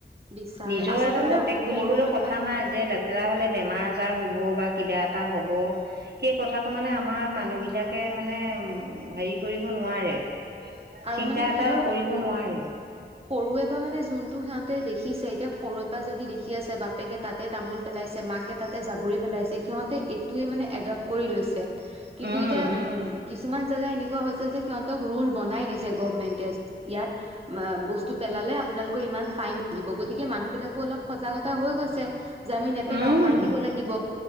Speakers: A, on the right; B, on the right.
A: বিচাৰে
B: নিজৰ
A: আচলতে
B: এটা
A: মানে
B: প্ৰতেক বুলিবলেও
A: সৰুৰে
B: কথা
A: পা
B: নাই যে লেতেৰা হলে বেমাৰ আজাৰ হ'ব বা কিবা এটা হ'ব সেই কথাটো মানে আমাৰ মানুহ বিলাকে মানে উম হেৰি কৰিব নোৱাৰে।
A: আৰু
B: চিন্তা
A: মানে কি
B: এটা
A: হয়
B: কৰিব
A: সৰু
B: নোৱাৰে।
A: সৰুৰে পৰা মানে যোনটো সিহঁতে দেখিছে এতিয়া সৰুৰে পৰা যদি দেখি আছে বাপেকে তাতে তামোল পেলাইছে মাকে তাতে যাবৰি পেলাইছে সিহঁতে এইটোৱে মানে এডপট কৰি লৈছে কিন্তু
B: উম
A: এতিয়া
B: উম
A: কিছুমান জেগা এনেকুৱা হৈছে যে সিহঁতক ৰোল বনাই দিছে গভমেন্টে ইয়াত বস্তু পেলালে আপোনালোকৰ ইমান ফাইন লাগিব গতিকে মানুহ বিলাকো অলপ সজাগতা হৈ গৈছে। জ আমি নেপেলাও
B: উম
A: ফাইন দিব লাগিব